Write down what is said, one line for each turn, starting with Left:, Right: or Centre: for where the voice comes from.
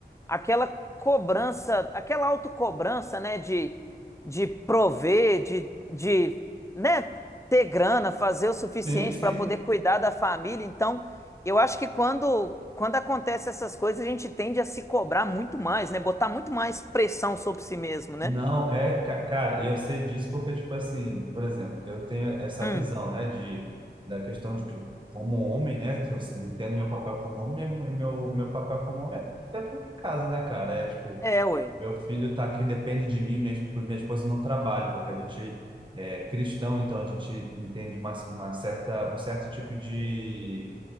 Left: aquela cobrança, aquela autocobrança, né, de, de prover, de, de, né, ter grana, fazer o suficiente
Right: Sim, sim.
Left: para poder cuidar da família. Então, eu acho que quando, quando acontece essas coisas, a gente tende a se cobrar muito mais, né, botar muito mais pressão sobre si mesmo, né?
Right: Não, é, ca- cara, eu sei disso porque, tipo assim, por exemplo, eu tenho essa
Left: Hum.
Right: visão, né, de, da questão de que, eu, como homem, né, eu eu entendo meu papel como homem, né, meu, meu meu papel como homem é é pra casa, né, cara? É tipo,
Left: É, ué.
Right: meu filho tá aqui, depende de mim, minha, esp- minha esposa não trabalha, porque a gente é cristão, então a gente entende uma, uma certa, um certo tipo de.